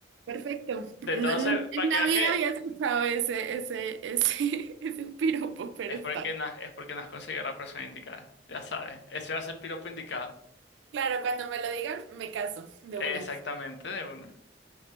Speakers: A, on the right; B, on the left.
A: Perfecto.
B: De
A: No-
B: todo
A: no-
B: se,
A: En
B: para que
A: la
B: veas
A: vida
B: que
A: había escuchado ese, ese, ese, <laughs> ese piropo, pero
B: Es
A: está.
B: porque no, es porque no has conseguido a la persona indicada. Ya sabes. Ese va a ser el piropo indicado.
A: Claro, cuando me lo digan, me caso de
B: Exactamente,
A: una.
B: de una.